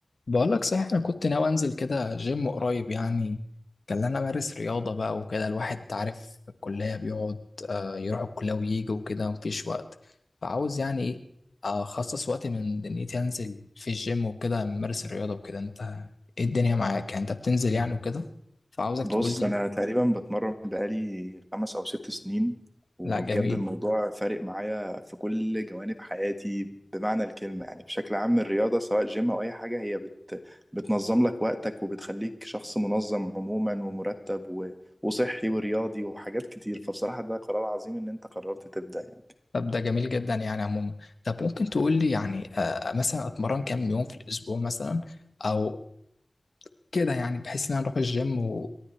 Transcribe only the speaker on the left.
بقولك صحيح أنا كنت ناوي أنزل كده جيم قريب يعني كان أنا أمارس رياضة بقى وكده الواحد أنت عارف في الكلية بيقعد آه، يروح الكلية ويجي وكده مفيش وقت فعاوز يعني إيه أخصص وقت من دنيتي أنزل في الجيم وكده أمارس الرياضة وكده أنت إيه الدنيا معاك يعني أنت بتنزل يعني وكده فعاوزك
تقول لي
لا جميل
طب ده جميل جدا يعني عموما طب ممكن تقول لي يعني آه، مثلا أتمرن كام يوم في الأسبوع مثلا او كده يعني بحيث ان انا اروح الجيم و...